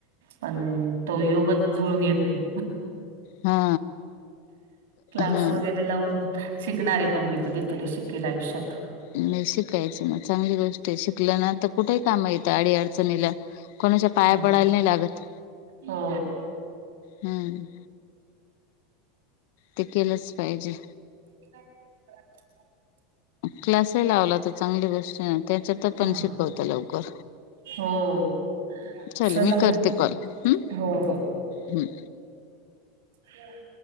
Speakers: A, on the right (about 80°); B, on the left (about 65°).
A: पण तो योगच जुळून येत नाही.
B: हा
A: क्लास
B: हा
A: वगैरे लावून शिकणार आहे पण मी कधीतरी शिकेल आयुष्यात.
B: नाही शिकायचं, ‌मग चांगली गोष्ट आहे शिकलं ना तर कुठेही काम येतं आडी अडचणीला. कोणाच्या पाया
A: हो ना.
B: पडायला नाही लागत.
A: हो.
B: हम्म, ते केलच पाहिजे.
A: <inaudible>
B: क्लासही लावला तर चांगली गोष्ट आहे त्याच्यात
A: हां.
B: पण शिकवत लवकर.
A: हो.
B: चल
A: चला
B: मी
A: मग.
B: करते कॉल, हम्म
A: हो, हो.
B: हम्म.
A: <inaudible>